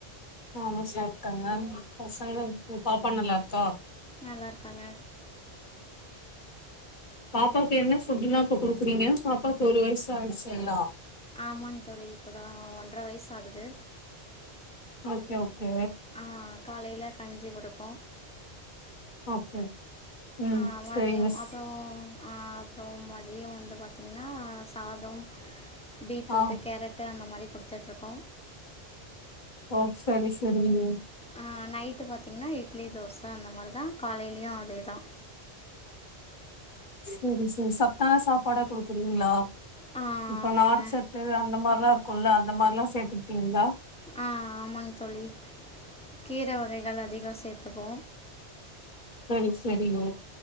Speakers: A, on the left; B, in the centre.
A: நானு சாப்ட்டேங்க பசங்க பாப்பா நல்லா இருக்கா
B: நல்லா இருக்காங்க
A: பாப்பாவுக்கு என்ன ஃபுட்லா இப்ப குடுக்குறீங்க பாப்பாக்கு ஒரு வயசு ஆயிடுச்சுங்களா
B: ஆமாங் தோழி இப்ப தா ஒன்றர வயசு ஆகுது
A: ஓகே ஓகே
B: ஆ காலைல கஞ்சி குடுப்போ
A: ஓகே ம்
B: ஆ, மதியம்
A: சரிங்க சிஸ்
B: அப்புறம் ஆ அப்றோ மதியோ வந்து பாத்தீங்கன்னா சாதம் பீட்ரூட்டு
A: ஆ
B: கேரட்டு அந்த மாரி குடுத்துட்டு்ருக்கோ
A: ஓ சரி சரிங்க
B: ஆ நைட்டு பாத்தீங்கன்னா இட்லி தோச அந்த மாரி தா காலைலியு அதேதா
A: சேரி சேரி சத்தான சாப்பாடா குடுக்குறீங்ளா
B: ஆ,
A: இப்ப
B: ஆமாங்க
A: நார்ச்சத்து அந்த மாரிலா இருக்குல்ல அந்த மாரிலா சேத்துகிட்டீங்ளா
B: ஆ ஆமாங் தோழி கீர வகைகள் அதிக சேர்த்துப்போ
A: சரி செரிங்க